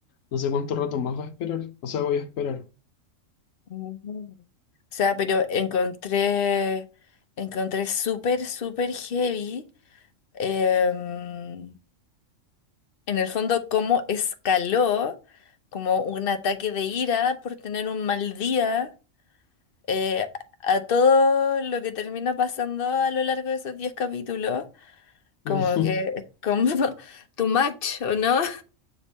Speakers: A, on the left; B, on the left.
A: no sé cuánto rato más va a esperar. O sea, voy a esperar.
B: Mm. O sea, pero encontré, encontré súper, súper heavy, em, en el fondo, cómo escaló como un ataque de ira por tener un mal día, eh, a todo lo que termina pasando a lo largo de esos 10 capítulos. Como
A: <laughs>
B: que es como <laughs> too much, ¿o no?